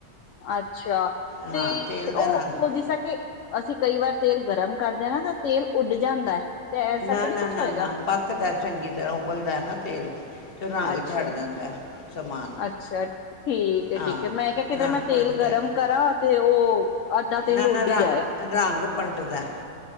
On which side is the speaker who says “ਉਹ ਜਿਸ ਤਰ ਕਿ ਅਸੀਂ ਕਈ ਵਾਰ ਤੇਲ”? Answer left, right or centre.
Left